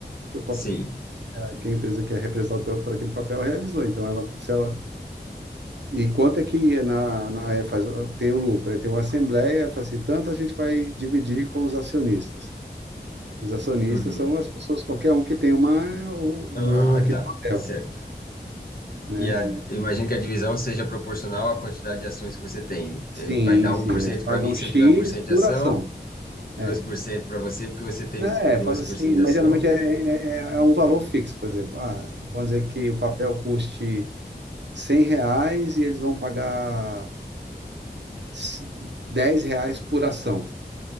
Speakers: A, on the right; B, on the left.
A: Que, o, pap-
B: Sim.
A: que a empresa que é representada por aquele papel realizou. Então ela, se ela, e quanto é que é na, na é, faz, tem o lucro? Aí tem uma assembleia, fala assim, tanto a gente vai dividir com os acionistas. Os acionistas
B: Uhum.
A: são as pessoas, qualquer um que tem uma, o-
B: Ah,
A: a- aquele
B: tá.
A: papel,
B: Certo.
A: né?
B: E a, eu imagino que a divisão seja proporcional à quantidade de ações que você tem.
A: Sim,
B: Eh, Vai dar
A: sim,
B: um por cento
A: eles pagam
B: para mim se
A: X
B: eu tiver um por cento de
A: por
B: ação,
A: ação.
B: dois
A: É.
B: por cento para você porque você tem
A: Né,
B: 2%
A: fala assim,
B: de
A: mas
B: ação.
A: geralmente é, é, é é um valor fixo, por exemplo. Ah, vamos dizer que o papel custe 100 reais e eles vão pagar s- 10 reais por ação.